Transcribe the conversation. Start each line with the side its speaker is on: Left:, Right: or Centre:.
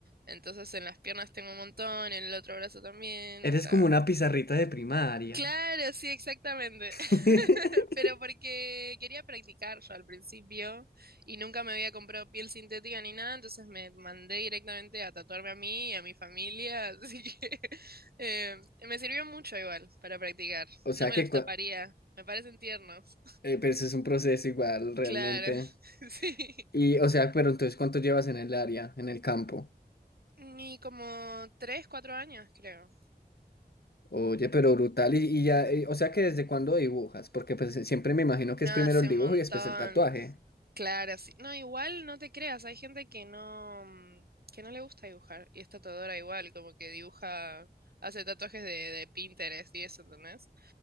Right: entonces en las piernas tengo un montón, en el otro brazo también,
Left: Eres
Right: o sea.
Left: como una pizarrita de primaria.
Right: Claro, sí, exactamente. <laughs>
Left: <laughs>
Right: Pero porque quería practicar yo al principio y nunca me había comprado piel sintética ni nada, entonces me mandé directamente a tatuarme a mí y a mi familia, <laughs> así que eh, me sirvió mucho igual para practicar.
Left: O
Right: No
Left: sea
Right: me
Left: que,
Right: los
Left: cua-
Right: taparía, me parecen tiernos.
Left: eh, pero eso es un proceso igual realmente.
Right: Claro, <laughs> sí.
Left: Y, o sea, pero entonces, ¿cuánto llevas en el área, en el campo?
Right: Y como tres, cuatro años, creo.
Left: Oye, pero brutal. Y, y ya, eh, o sea que desde cuándo dibujas? Porque pues eh, siempre me imagino que
Right: No,
Left: es primero
Right: hace
Left: el dibujo
Right: un montón.
Left: y después el tatuaje.
Right: Claro, sí. No, igual no te creas, hay gente que no, mm, que no le gusta dibujar y es tatuadora igual, como que dibuja, hace tatuajes de, de Pinterest y eso, ¿entendés?